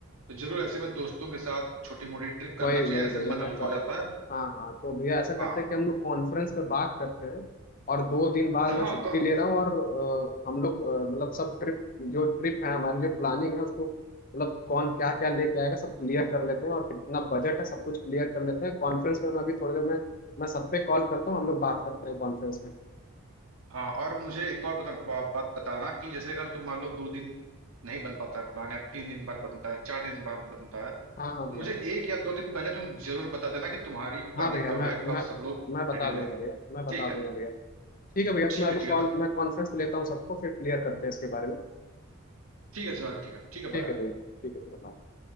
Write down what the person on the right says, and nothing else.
तो जरूर ऐसे में दोस्तों के साथ छोटी मोटी ट्रिप करना
चाहिए
ऐसे
मन
हल्का
हो जाता है
हाँ
हाँ
कौन
हाँ और मुझे एक और बता, बा, बात बताना कि जैसे अगर तुम मान लो दो दिन नहीं बन पाता है प्लान या तीन दिन बाद बनता है चार दिन बाद बनता है
तो
मुझे एक या दो दिन पहले तुम जरूर बता देना कि तुम्हारी प्लानिंग
कब
है कब
सब लोग
रेडी रहे
ठीक है
ठीक
है ठीक
है तो
ठीक है शिवांग ठीक है ठीक है
बाय